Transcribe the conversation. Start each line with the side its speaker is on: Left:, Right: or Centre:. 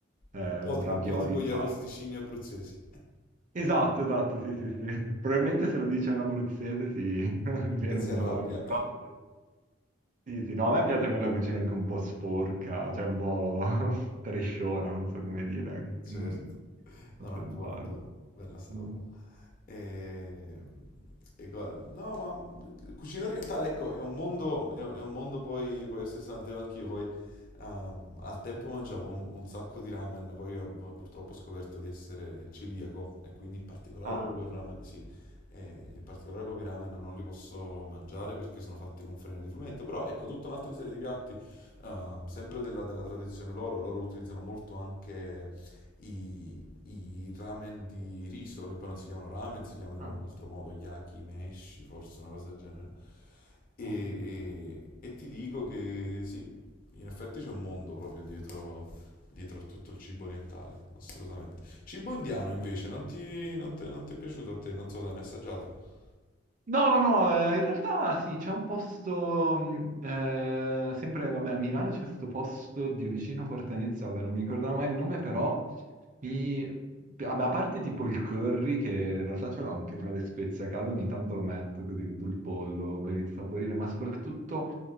Right: eh,
Left: Un po', ti-
Right: ravioli.
Left: un po' tipo gli
Right: varie.
Left: arrosticini abruzzesi.
Right: Esatto, esatto, sì, sì, sì. Probabilmente se lo dice un abruzzese sì, <laughs> mi viene
Left: E si
Right: un
Left: arrabbia.
Right: colpo, però sì. Sì, sì, no, a me piace quella cucina anche un po' sporca, cioè un po' <laughs> tresciona, non so come dire.
Left: Certo.
Right: Mm, non
Left: No, no,
Right: so
Left: è
Right: se
Left: buona,
Right: sbaglio.
Left: è buona. Bella sta roba.
Right: Mm.
Left: E, e guarda, no, ma cucina orientale, ecco, è un mondo, è, è un mondo poi, poi a sé stante, anch'io poi ehm, al tempo mangiavo un, un sacco di ramen, poi ho pu- purtroppo ho scoperto di essere celiaco e quindi in particolare
Right: Ah,
Left: proprio quel ramen, sì, e in particolare proprio i ramen non li posso mangiare perché sono fatti con farina di frumento, però ecco, tutta un'altra serie di piatti, ehm, sempre della, della tradizione loro, loro utilizzano molto anche i, i ramen di riso, che poi non si chiamano ramen, si chiamano
Right: ah,
Left: in un altro modo yakimeshi, forse una cosa del genere. E,
Right: ah.
Left: e- e ti dico che sì, in effetti c'è un mondo proprio dietro, dietro a tutto il cibo orientale, assolutamente. Cibo indiano invece, non ti, non te- non ti è piaciuto a te? Non so, te l'hai mai assaggiato?
Right: No, no, no, eh, in realtà sì, c'è un posto, mh, eh, sempre, vabbè, a Milano c'è questo posto di vicino a Portanezza, vabbè, non mi ricordavo mai il nome, però mi... Vabbè, a parte tipo il curry, che in realtà ce l'ho anche fra le spezie a casa, ogni tanto lo metto così sul pollo per insaporire, ma soprattutto,